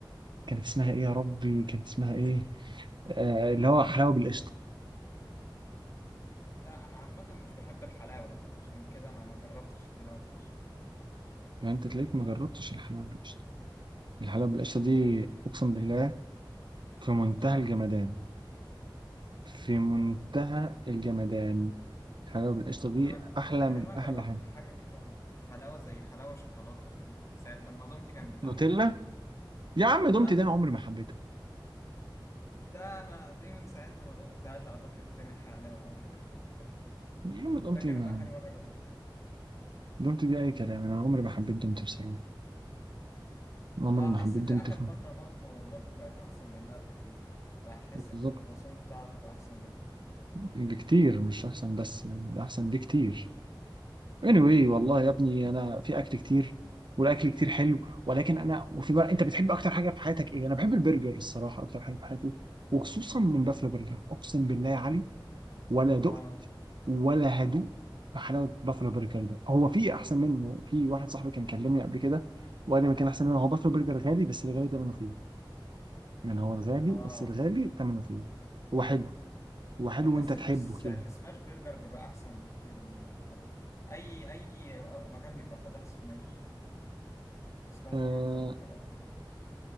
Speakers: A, on the right; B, on the left.
A: كانت اسمها ايه يا ربي كانت اسمها ايه آه، اللي هو حلاوه بالقشطه
B: لا انا عامة مش بحب الحلاوة عشان كده انا ما جربتش الحلاوة دي
A: يعني انت تلاقيك ما جربتش الحلاوه بالقشطه الحلاوه بالقشطه دي
B: أن...
A: اقسم بالله في منتهى
B: اه
A: الجمدان في منتهى الجمدان الحلاوه بالقشطه دي
B: انا كنت
A: احلى
B: فاكر
A: من
B: ان انا
A: احلى
B: جربت
A: حاجه
B: حاجة كده حلاوة زي حلاوة شوكولاتة كده ساعة لما دومتي كانت بتعملها
A: نوتيلا
B: زمان
A: يا عم دومتي
B: لا
A: دي انا عمري ما حبيتها
B: ده انا دي من ساعتها ما دقتهاش اعتقد تاني الحلاوه او حاجه
A: يوم
B: <laughs>
A: دومتي
B: ده كانت
A: ما
B: اخر مره جربتها
A: دومتي دي اي كلام انا عمري ما حبيت دومتي بصراحه عمري
B: اه
A: ما
B: حسيت
A: حبيت دومتي
B: اخر
A: خالص
B: فتره مالتو مالتو بقت احسن منها بكتير بحس
A: بالظبط
B: ان الكرواسون بتاعه بيبقى احسن بكتير الصراحة.
A: بكتير مش احسن بس يعني احسن بكتير anyway والله يا ابني انا في اكل كتير والاكل كتير حلو ولكن انا وفي بقى انت بتحب اكتر حاجه في حياتك ايه؟ انا بحب البرجر الصراحه اكتر حاجه في حياتي وخصوصا من بافلو برجر اقسم بالله يا علي ولا دقت
B: اه
A: ولا هدوء في حلاوه بافلو برجر ده هو في احسن منه في واحد صاحبي كان كلمني قبل كده وقال لي ما كان احسن منه هو بافلو برجر غالي بس الغالي ثمنه فيه يعني هو الغالي
B: اه
A: بس الغالي ثمنه فيه هو حلو هو حلو
B: بحس
A: وانت تحبه
B: ال- الس-
A: كده
B: السماش برجر بيبقى احسن بكتير من مش عارف ايه اي اي مكان بيبقى فاتح سماش سماش
A: آه،
B: برجر والحاجات دي